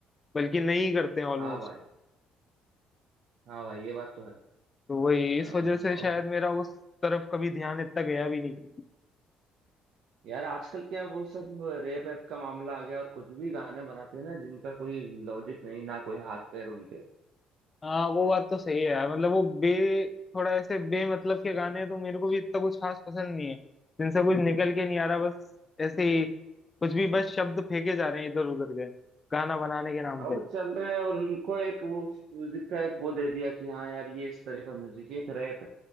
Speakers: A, on the left; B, on the right.
A: बल्कि नहीं करते हैं ऑलमोस्ट
B: हाँ भाई हाँ भाई ये बात तो है
A: तो वही
B: अ,
A: इस वजह से
B: और
A: शायद मेरा उस तरफ कभी ध्यान इतना गया भी नहीं
B: यार आजकल क्या वो सब रेप एप का मामला आ गया और कुछ भी गाने बनाते हैं ना जिनका कोई लॉजिक नहीं ना कोई हाथ पैर उनके
A: हाँ वो बात तो सही है यार मतलब वो बे थोड़ा ऐसे बे मतलब के गाने तो मेरे को भी इतना कुछ खास पसंद नहीं है जिनसे कुछ निकल के नहीं आ रहा बस ऐसे ही कुछ भी बस शब्द फेंके जा रहे हैं इधर उधर के गाना बनाने के नाम
B: अब
A: पे
B: वो चल रहे हैं और उनको एक वो उस म्यूजिक का एक वो दे दिया कि हाँ यार ये इस तरह का म्यूजिक है, एक रैप है